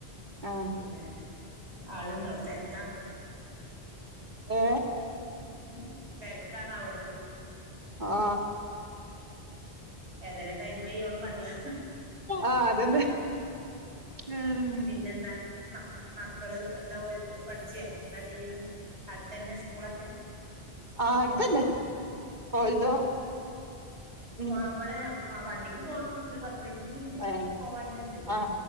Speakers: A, on the right; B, on the right.
A: ആഹ്
B: പിന്നെ. ആളുണ്ടോ തിരക്കാ
A: ഏ
B: ഉം, തിരക്കാണാവോ
A: ഹാ
B: ഏതെലും ടൈംയ്യോളം പറയാ
A: ആഹ് അതന്നെ
B: പിന്നെ.
A: ഉം
B: പിന്നെന്താ മക്കള് എന്താ ഓര്. പഠിച്ചേ എന്താ ചെയ്യണ്? അടുത്തന്നെ സ്കൂളൊക്കെ
A: ആടുത്തന്നെ ഓൽതോ ഉം
B: അ അവടെ വണ്ടിക്ക് പോണം ഒരു പത്ത് പതിനഞ്ച്
A: ഏ
B: പോവാല്ലണ്ട് ഉം
A: ആ